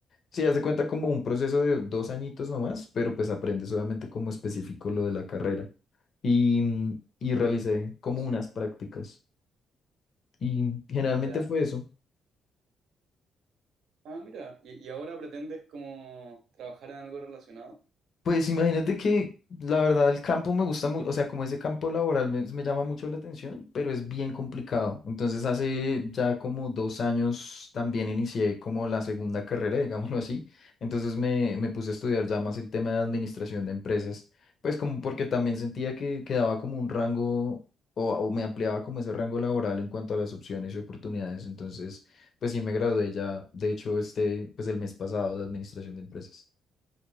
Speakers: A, on the left (about 55°); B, on the right (about 75°).
A: sí, haz de cuenta como un proceso de dos añitos nomás, pero pues aprendes obviamente como específico lo de la carrera. Y, y realicé
B: Claro,
A: como
B: conocimiento.
A: unas prácticas. Y generalmente
B: Ya.
A: fue eso.
B: Ah, mira, y, y ahora pretendes como trabajar en algo relacionado.
A: Pues imagínate que la verdad el campo me gusta mucho, o sea, como ese campo laboral me, me llama mucho la atención, pero es bien complicado. Entonces hace ya como dos años también inicié como la segunda carrera, <laughs> digámoslo así. Entonces me, me puse a estudiar ya más el tema de administración de empresas, pues como porque también sentía que quedaba como un rango o, o me ampliaba como ese rango laboral en cuanto a las opciones y oportunidades. Entonces, pues sí me gradué ya, de hecho, este, pues el mes pasado de administración de empresas.